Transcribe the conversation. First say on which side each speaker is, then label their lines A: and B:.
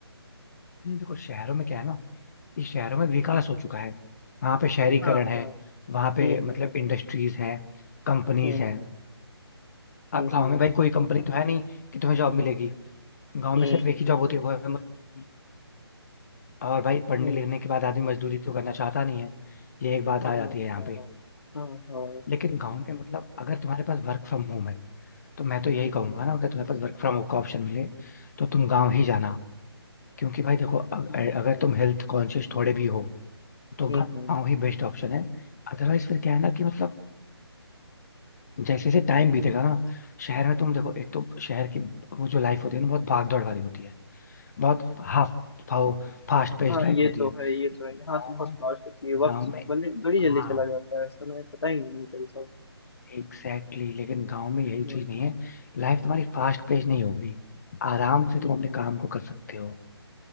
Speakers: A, on the left; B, on the left.
A: देखो शहरों में क्या है ना कि शहरों में विकास हो चुका है वहां पे शहरीकरण
B: हाँ
A: है
B: हाँ
A: वहां पे
B: हम्म
A: मतलब
B: हम्म
A: इंडस्ट्रीज हैं कंपनीज
B: हम्म
A: हैं
B: हम्म
A: अब गाँव
B: हम्म
A: में भाई कोई कंपनी तो है नहीं कि तुम्हें जॉब मिलेगी गाँव
B: हम्म
A: में सिर्फ एक ही जॉब होती है वो है मजदूरी और भाई पढ़ने
B: हम्म, हम्म,
A: लिखने के बाद आदमी मजदूरी तो करना चाहता नहीं है ये एक बात
B: हाँ
A: आ जाती है यहाँ
B: हाँ
A: पे
B: हाँ हाँ
A: लेकिन गाँव में मतलब अगर तुम्हारे पास वर्क फ्रॉम होम है तो मैं तो यही
B: हम्म,
A: कहूंगा ना अगर तुम्हारे पास वर्क फ्रॉम होम का ऑप्शन मिले तो तुम गाँव ही जाना क्योंकि भाई देखो अ-
B: हाँ,
A: अगर
B: हाँ,
A: तुम हेल्थ कॉन्शियस थोड़े भी हो तो
B: हम्म,
A: गाँव
B: हम्म,
A: ही बेस्ट ऑप्शन है अदरवाइज फिर क्या है ना कि मतलब जैसे जैसे टाइम बीतेगा ना शहर में तुम देखो एक तो शहर की वो जो लाइफ होती है ना बहुत भाग दौड़ वाली होती है बहुत हाफ फाओ फास्ट पेस्ड
B: हाँ,
A: लाइफ
B: ये
A: होती
B: तो
A: है
B: है ये तो है यहाँ
A: गाँव
B: तो बहुत
A: में
B: लाश होती है वक्त
A: गाँव में
B: बड़ी बड़ी जल्दी
A: हाँ
B: चला जाता है समय पता ही नहीं चलता
A: एग्जैक्टली exactly, लेकिन गाँव में यही
B: हम्म
A: चीज नहीं है लाइफ तुम्हारी फास्ट पेस्ड नहीं होगी आराम से तुम
B: हम्म
A: अपने
B: हम्म।
A: काम को कर सकते हो